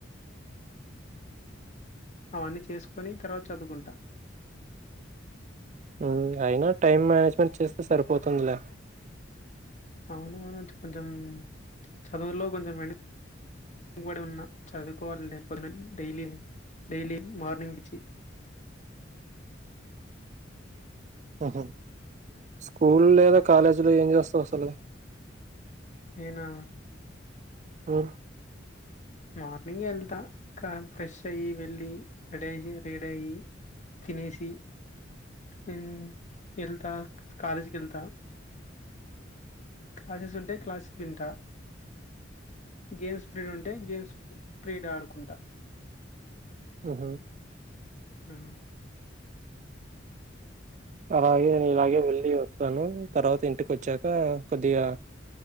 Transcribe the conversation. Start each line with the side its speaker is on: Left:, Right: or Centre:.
Left: అవన్నీ చేసుకొని తర్వాత చదువుకుంటా
Right: ఉ అయినా టైం మేనేజ్మెంట్ చేస్తే సరిపోతుందిలే
Left: అవును మనోజ్ కొంచెం చదువులో కొంచెం వెన కబడి ఉన్న చదువుకోవాలి లేకపోతే డైలి డైలీ మార్నింగ్ లేచి
Right: ఓహో స్కూల్ లేదా కాలేజీలో ఏం జేస్తావ్ అసలు
Left: నేనా
Right: ఒ
Left: మార్నింగే ఎళ్తా కాన్ ఫ్రెష్షయ్యి వెళ్ళి రడి అయ్యి రేడి అయ్యి తినేసి ఊమ్ ఎల్తా కాలేజి కెళ్తా క్లాసెస్ ఉంటే క్లాసెస్ వింటా గేమ్స్ పిరిడ్ ఉం ఉంటే గేమ్స్ క్రీకెట్ ఆడుకుంటా
Right: ఒహొ
Left: ఆ
Right: అలాగే నీలాగే వెళ్ళి వస్తాను తర్వాత ఇంటికొచ్చాక కొద్దిగా